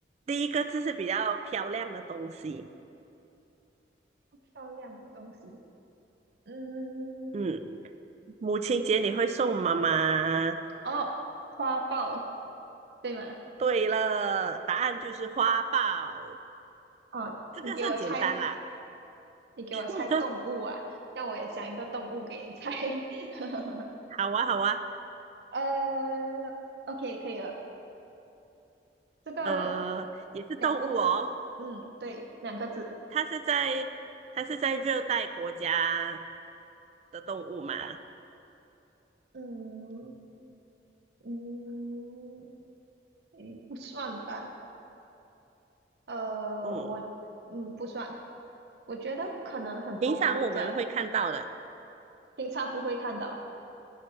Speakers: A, on the right; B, on the right.
A: 第一个字是比较漂亮的东西，
B: 漂亮的东西。嗯，
A: 嗯，母亲节你会送妈妈。
B: 哦，花豹对吗？
A: 对了，答案就是花豹，
B: 哦，
A: 这个算简单啦。
B: 你给我猜，你给我猜动物啊，
A: <laughs>
B: 那我也想一个动物给你猜。<laughs>
A: 好啊，好啊，
B: 呃，OK，可以了，这个
A: 呃，也是动物哦，
B: 两个字，嗯，对，两个字，
A: 它是在它是在热带国家的动物嘛，
B: 嗯嗯，诶，不算吧？呃，
A: 嗯。
B: 我嗯不算，我觉得可能很多国家
A: 平常我们会看到的，
B: 平常不会看到，